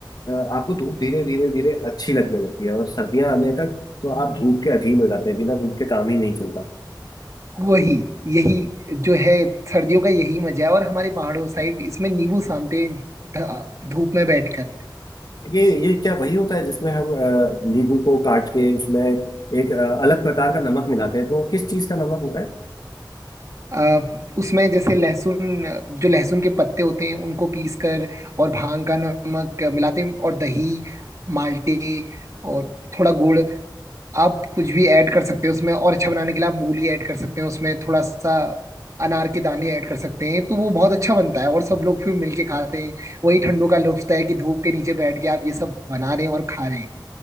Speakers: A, on the left (about 55°); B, on the right (about 40°).
A: अ, आपको धूप धीरे धीरे धीरे अच्छी लगने लगती है और सर्दियां आने तक तो आप धूप के अधीन हो जाते हैं बिना धूप के काम ही नहीं चलता
B: वही यही जो है सर्दियों का यही मजा है और हमारे पहाड़ों साइड इसमें नींबू सानते हैं ध- धूप में बैठकर
A: ये ये क्या वही होता है जिसमें हम अ, नींबू को काट के उसमें एक अ, अलग प्रकार का नमक मिलाते हैं तो किस चीज का नमक होता है
B: अ, उसमें जैसे लहसुन अ, जो लहसुन के पत्ते होते हैं उनको पीस कर और भांग का नमक अ, मिलाते हैं और दही माल्टे और थोड़ा गुड़ आप कुछ भी ऐड कर सकते हैं उसमें और अच्छा बनाने के लिए आप मूली ऐड कर सकते हैं उसमें थोड़ा सा अनार के दाने ऐड कर सकते हैं तो वो बहुत अच्छा बनता है और सब लोग फिर मिलके खाते हैं वही ठंडों का लुत्फ है कि धूप के नीचे बैठ के आप ये सब बना रहे हैं और खा रहे हैं